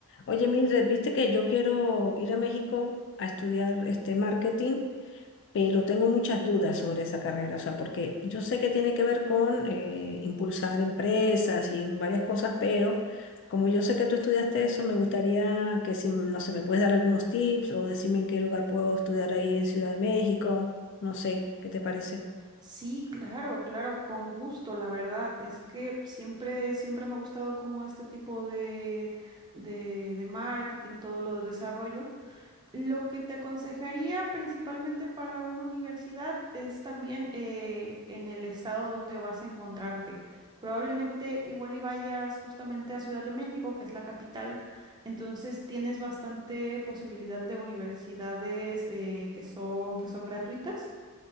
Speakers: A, on the left; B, on the right.
A: Oye, Mildred, viste que yo quiero ir a México a estudiar este marketing, pero tengo muchas dudas sobre esa carrera, o sea, porque yo sé que tiene que ver con eh, impulsar empresas y varias cosas, pero como yo sé que tú estudiaste eso, me gustaría que si, no sé, me puedes dar algunos tips o decirme en qué lugar puedo estudiar ahí en Ciudad de México, no sé, ¿qué te parece?
B: Sí, claro, claro, con gusto, la verdad. Es que siempre, siempre me ha gustado como este tipo de, de, de marketing, todo lo de desarrollo. Lo que te aconsejaría principalmente para una universidad es también eh, en el estado donde vas a encontrarte. Probablemente igual y vayas justamente a Ciudad de México, que es la capital, entonces tienes bastante posibilidad de universidades eh, que son, que son gratuitas